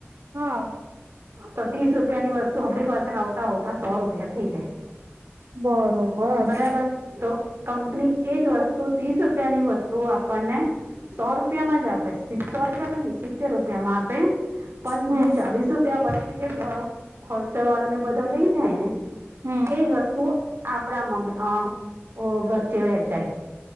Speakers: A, on the right; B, on the right.
A: હા.
B: તો તીશ રૂપિયા ની વસ્તુ આપડી પાસે. આવતા આવતા સો રૂપિયા થઈ જાય
A: બરોબર
B: બરાબર. તો કંપની એજ વસ્તુ ત્રીસ રૂપિયાની વસ્તુ આપણને. સો રૂપિયામાં જ આપે સો રૂપિયામાં નહી સિત્તેર રૂપિયા માં આપે. પણ
A: હમ
B: જે ચાલીસ રૂપિયા વચ્ચે જે અ હોલસેલ વાળો ને બધા લઈ જાય ને.
A: હમ
B: એજ વસ્તુ આપણામાં અ વચ્ચે વેચાય.